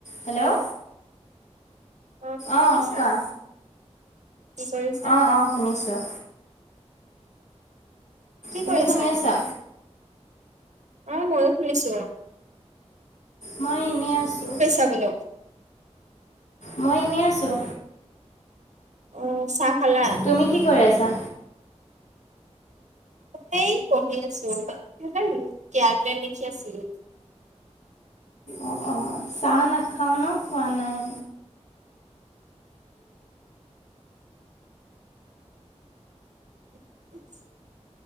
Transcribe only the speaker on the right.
hello অ
শুনিছা
কি কৰিছা?
কি
কৰিছা?
অঁ মইয়ো শুনিছোঁ।
<unintelligible> গোলো
উম, চাহ খালা?
মই পঢ়ি আছো, <unintelligible> কিয়া কে লিখি আছিলোঁ।
<inaudible>